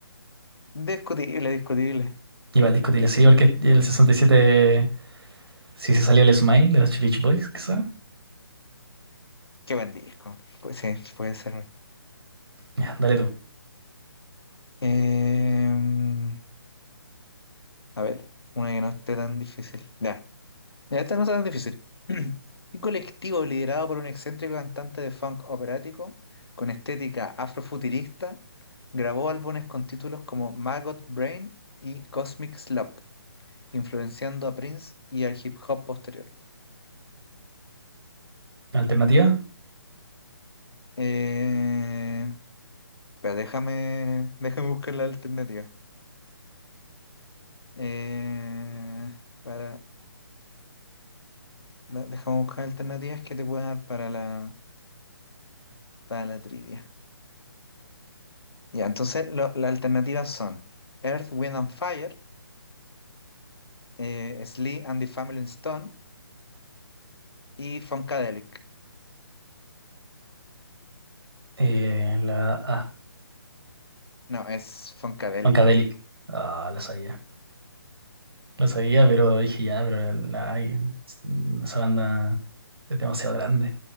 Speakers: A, on the left (about 80°); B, on the right (about 75°).
A: Discutible, discutible.
B: Iba al disco Tile, sí, porque el 67 si se salió el Smile de los Beach Boys, quizá.
A: Qué buen disco. Pues sí, puede ser.
B: Ya, dale tú.
A: Em, a ver, una que no esté tan difícil. Ya, ya esta no está tan difícil. <clears throat> Un colectivo liderado por un excéntrico cantante de funk operático con estética afrofuturista grabó álbumes con títulos como Maggot Brain y Cosmic Slump, influenciando a Prince y al hip hop posterior.
B: Alternativa,
A: Eh, Pero déjame, déjame buscar las alternativas. Eh, para, da- déjame buscar alternativas que te puedan dar para la, para la trivia. Ya, entonces lo- las alternativas son Earth, Wind and Fire, eh, Sly and the Family Stone y Funkadelic.
B: eh, la A,
A: No, es Funkadelic.
B: Funkadelic. Ah, la sabía. Lo sabía, pero dije ya, pero la, la- esa banda es demasiado grande.